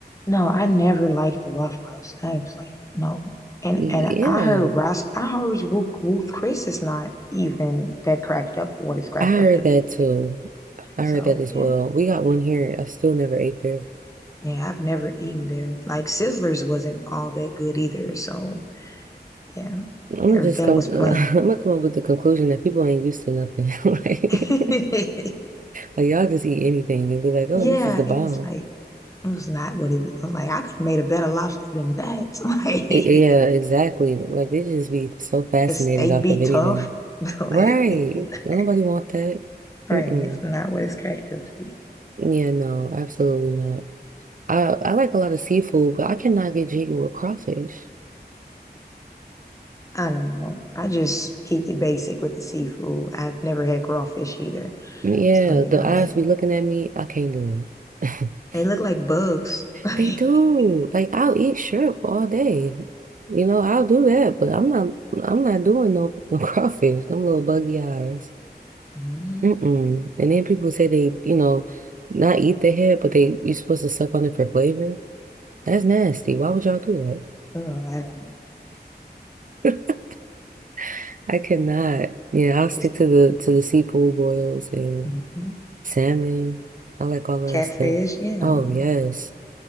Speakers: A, on the left (about 20°); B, on the right (about 50°).
A: No, I never liked the Waffle House. I was like, no. And
B: Yeah.
A: and I heard Ros I heard Ruth, Ruth Chris is not even that cracked up what it's cracked
B: I heard
A: up to
B: that
A: be.
B: too. I
A: So,
B: heard that as
A: yeah.
B: well. We got one here. I still never ate there.
A: Yeah, I've never eaten there. Like Sizzlers wasn't all that good either. So, yeah.
B: I'm
A: Everything
B: gonna just come.
A: was
B: <laughs>
A: plain.
B: I'm gonna come up with the conclusion that people ain't used to nothing. <laughs> Like,
A: <laughs>
B: <laughs> like y'all just eat anything and be like, "Oh,
A: Yeah,
B: this is the bomb."
A: it was like It was not what it was. I was like, I could have made a better lobster than that. <laughs> Like
B: I- yeah, exactly. Like they just be so fascinated
A: the steak
B: off
A: be
B: of
A: tough.
B: anything,
A: <laughs> Like
B: right?
A: it's, it's not
B: Nobody want that.
A: right.
B: Mm-mm.
A: It's not what it's cracked up to be.
B: Yeah, no, absolutely not. I I like a lot of seafood, but I cannot get jiggy with crawfish.
A: I don't know. I just keep it basic with the seafood. I've never had raw fish either.
B: Yeah,
A: So, you
B: the
A: know,
B: eyes
A: like
B: be looking at me. I can't do it. <laughs>
A: they look like bugs. <laughs>
B: They do. Like I'll eat shrimp all day. You know, I'll do that, but I'm not I'm not doing no <laughs> crawfish, no little buggy eyes.
A: Mhm.
B: Mm-mm. And then people say they, you know, not eat the head, but they you're supposed to suck on it for flavor. That's nasty.
A: Yeah.
B: Why would y'all do
A: Oh, I don't
B: that? <laughs> I cannot. Yeah, I'll stick
A: just
B: to the to the seafood boils and
A: mhm.
B: salmon. I like all of
A: Catfish,
B: that stuff.
A: yeah.
B: Oh yes.